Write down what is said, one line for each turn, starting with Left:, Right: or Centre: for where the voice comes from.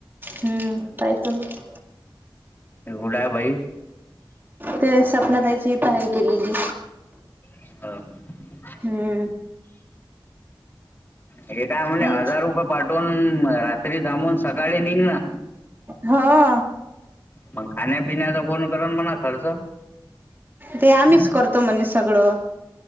Right: हम्म पाय <unintelligible>
Left: मी गुडा आहे भाई
Right: ते सपना ताईची पहाय केलेली.
Left: हो
Right: हम्म
Left: हे काय म्हणे
Right: हायच
Left: हजार रुपये पाठवून रात्री थांबून सकाळी निघ ना.
Right: हा
Left: मग खाण्यापिण्याचा कोण करण म्हणा खर्च.
Right: ते आम्हीच करतो म्हणे स सगळं